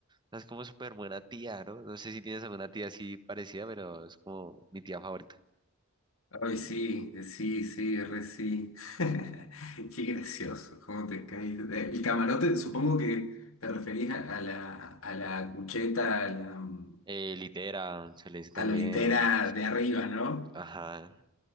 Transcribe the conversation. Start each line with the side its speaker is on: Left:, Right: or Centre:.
Right: es como súper buena tía, ¿no? No sé si tienes alguna tía así parecida, pero es como mi tía favorita.
Left: Ay, sí, eh, sí, sí, re sí. <laughs> Qué gracioso, cómo te caes. Eh, El camarote, supongo que te referís a, a la, a la cucheta, a la, mm,
Right: Eh, litera, se le dice también.
Left: a la litera de arriba, ¿no?
Right: Ajá.